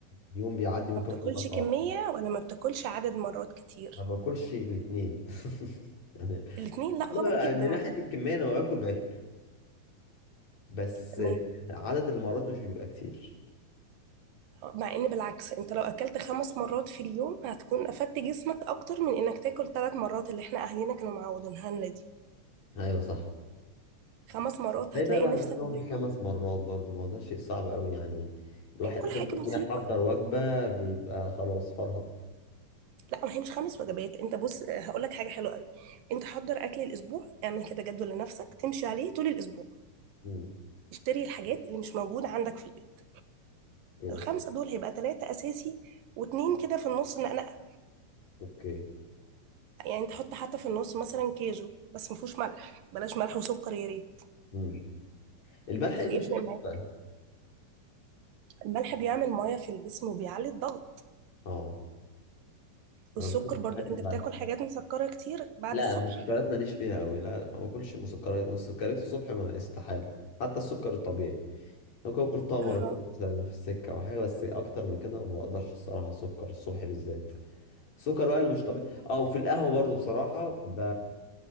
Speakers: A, on the left; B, on the right.
A: اليوم بيعدي ممكن
B: ما بتاكلش
A: اكل وجبه
B: كميه
A: واحده
B: ولا ما بتاكلش عدد مرات كتير
A: ما باكلش الاثنين <laughs> يعني
B: الاتنين لا غلط
A: والله
B: جدا
A: من
B: غلط.
A: ناحيه الكميه انا ما باكل باكل بس
B: تمام
A: عدد المرات مش بيبقى كتير
B: مع ان بالعكس انت لو اكلت خمس مرات في اليوم هتكون افدت جسمك اكتر من انك تاكل ثلاث مرات اللي احنا اهالينا كانوا معودينها لنا دي
A: ايوه صح
B: خمس مرات
A: ده
B: هتلاقي
A: بقى الواحد
B: نفسك
A: ممكن ياكل
B: دايما
A: خمس مرات برضو ما هو ده شيء صعب قوي يعني الواحد
B: كل
A: اصلا
B: حاجه
A: إن
B: بسيطه
A: هو يحضر وجبة بيبقى خلاص فرهط
B: لا ما هي مش خمس وجبات انت بص هقول لك حاجه حلوه قوي انت حضر اكل الاسبوع اعمل كده جدول لنفسك تمشي عليه طول الاسبوع
A: مم.
B: اشتري الحاجات اللي مش موجوده عندك في البيت
A: اوكي
B: الخمسه دول هيبقى ثلاثه اساسي واتنين كده في النص نقنقه
A: اوكي
B: يعني انت حط حتى في النص مثلا كيجو بس ما فيهوش ملح بلاش ملح وسكر يا ريت
A: مم. الملح ايه
B: هيفرق
A: مشكلته
B: معاك
A: بقى
B: الملح بيعمل ميه في الجسم وبيعلي الضغط
A: اه
B: والسكر
A: انا بحب
B: برضو
A: بحب
B: انت
A: الملح
B: بتاكل حاجات مسكره كتير بعد
A: لا
B: الصبح
A: المسكرات ماليش فيها قوي لا لا ما باكلش مسكرات مسكرات الصبح ما استحالة حتى السكر الطبيعي ممكن اكل تمرة
B: اها
A: كده مثلا في السكة او حاجة بس اكتر من كده ما بقدرش الصراحة سكر الصبح بالذات السكر بقى اللي مش طبيعي اه وفي القهوة برضه بصراحة ب...